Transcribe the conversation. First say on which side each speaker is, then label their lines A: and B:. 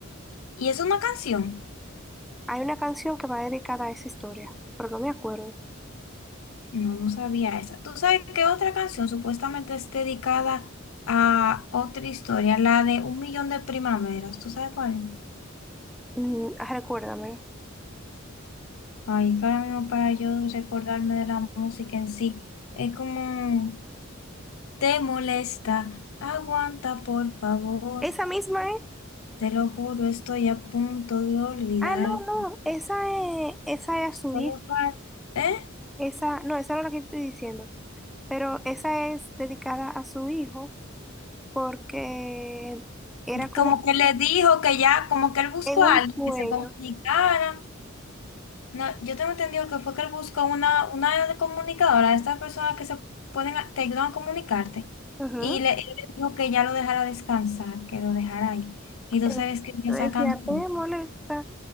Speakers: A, on the left; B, in the centre.
A: ¿Y es una canción?
B: Hay una canción que va dedicada a esa historia, pero no me acuerdo.
A: No, no sabía esa. ¿Tú sabes qué otra canción supuestamente es dedicada a otra historia? La de Un Millón de Primaveras. ¿Tú sabes cuál es?
B: Mm, recuérdamela.
A: Ay, que ahora mismo para yo recordarme de la música en sí, es como, te molesta, aguanta por favor,
B: Esa misma, ¿eh?
A: te lo juro, estoy a punto de olvidarte.
B: Ah, no, no, esa es, esa es
A: Solo
B: a su hijo.
A: fal- ¿eh?
B: Esa, no, esa no es la que estoy diciendo. Pero esa es dedicada a su hijo porque era como
A: Como que le dijo que ya, como que él buscó
B: en un
A: a alguien
B: sueño.
A: que se comunicara. No, yo tengo entendido que fue que él buscó una, una comunicadora, estas personas que se pueden, a- te ayudan a comunicarte,
B: Ujú.
A: y le, él le dijo que ya lo dejara descansar, que lo dejara ahí. Y entonces
B: Pero
A: él escribió
B: yo
A: esa
B: decía,
A: canción.
B: te molesta